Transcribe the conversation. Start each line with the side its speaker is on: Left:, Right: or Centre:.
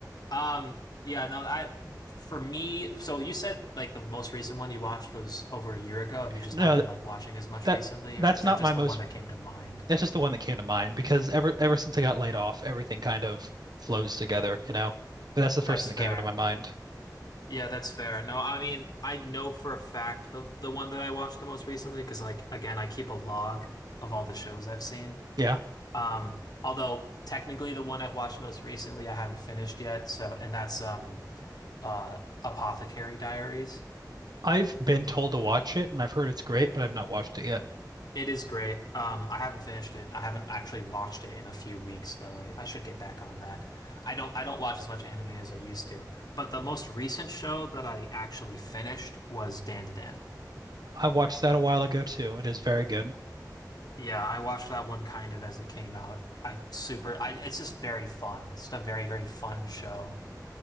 Left: Um, yeah, no, I for me, so you said like the most recent one you watched was over a year ago. Have you just
Right: No,
Left: not been like watching as much
Right: that
Left: recently,
Right: that's
Left: or is
Right: not
Left: that just
Right: my most.
Left: the one that came to mind?
Right: That's just the one that came to mind because ever ever since I got laid off, everything kind of flows together, you know. But that's the first
Left: That's
Right: thing
Left: fair.
Right: that came out of my mind.
Left: Yeah, that's fair. No, I mean, I know for a fact the the one that I watched the most recently because like again, I keep a log of all the shows I've seen.
Right: Yeah,
Left: Um, although technically the one I've watched most recently I haven't finished yet, so and that's um uh Apothecary Diaries.
Right: I've been told to watch it and I've heard it's great, but I've not watched it yet.
Left: It is great. Um, I haven't finished it. I haven't actually watched it in a few weeks, though. I, I should get back on that. I don't I don't watch as much anime as I used to. But the most recent show that I actually finished was Dandadan.
Right: I watched that a while ago too. It is very good.
Left: Yeah, I watched that one kind of as it came out. I super I it's just very fun. It's a very, very fun show.